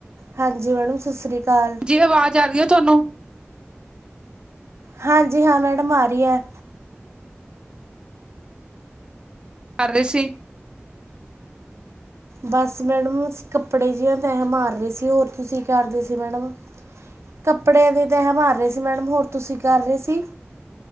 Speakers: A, on the right; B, on the right.
A: ਹਾਂਜੀ ਮੈਡਮ ਸਤਿ ਸ੍ਰੀ ਕਾਲ।
B: ਕਿ ਆਵਾਜ਼ ਆ ਗਈ ਹੈ ਤੁਹਾਨੂੰ? ਕਿ
A: ਹਾਂਜੀ ਹਾਂ, ਮੈਡਮ ਆ ਰਹੀ ਹੈ।
B: ਕਿ ਕਰ ਰਹੇ ਸੀ?
A: ਬਸ ਮੈਡਮ, ਅਸੀਂ ਕੱਪੜੇ ਜਿ ਤਾਂ ਤਹ ਮਾਰ ਰਹੇ ਸੀ। ਹੋਰ ਤੁਸੀਂ ਕਰਦੇ ਸੀ ਮੈਡਮ? ਕੱਪੜੇ ਦੇ ਤੇ ਹੈ ਮਾਰ ਰਹੇ ਸੀ। ਮੈਡਮ ਹੋਰ ਤੁਸੀਂ ਕਰ ਰਹੇ ਸੀ?